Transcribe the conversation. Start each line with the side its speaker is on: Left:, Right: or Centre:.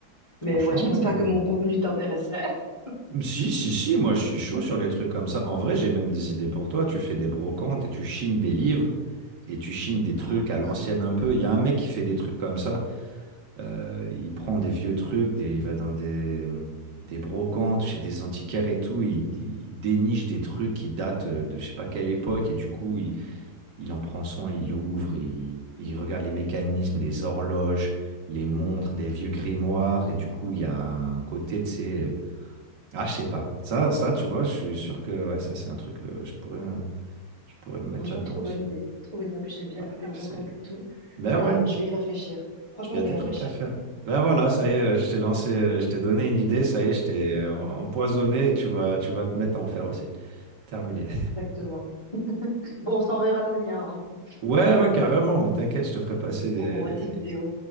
Left: Mais
Right: franchement.
Left: ouais, je pense pas que mon contenu t'intéresserait. <laughs>
Right: euh, Si, si, si, moi je suis chaud sur les trucs comme ça. En vrai, j'ai même des idées pour toi. Tu fais des brocantes et tu chines des livres et tu chines des trucs
Left: Oh, mais
Right: à
Left: grave.
Right: l'ancienne un peu. Il y a un mec qui fait des trucs comme ça. Euh, il prend des vieux trucs, des, il va dans des, des brocantes, chez des antiquaires et tout. Il, il déniche des trucs qui datent euh, de je sais pas quelle époque et du coup, il, il en prend soin, il l'ouvre, il, il regarde les mécanismes, les horloges, les montres, des vieux grimoires et du coup, il y a un côté, tu sais, euh, ah, je sais pas. Ça, ça, tu vois, je suis sûr que ouais, ça, c'est un truc, euh, je pourrais, euh, je pourrais me mettre
Left: franchement,
Right: là-dedans
Left: trop
Right: aussi.
Left: bonne idée. Trop bonne idée. En plus, j'aime bien
Right: Ah,
Left: le côté brocante
Right: C'est...
Left: et tout.
Right: Ben
Left: Grave,
Right: ouais,
Left: je vais y réfléchir. Franchement,
Right: Il y
Left: je
Right: a des
Left: vais y réfléchir.
Right: trucs à faire. Ben voilà, ça y est, euh, je t'ai lancé, euh, je t'ai donné une idée, ça y est, je t'ai euh, empoisonné,
Left: Ouais,
Right: tu vas, tu vas te mettre à en faire aussi. Terminé. <laughs>
Left: Exactement. Bon, on s'enverra nos liens. hein.
Right: Ouais, ouais, carrément, mais t'inquiète, je te ferai passer les,
Left: Envoie-moi
Right: les-
Left: tes
Right: les-
Left: vidéos.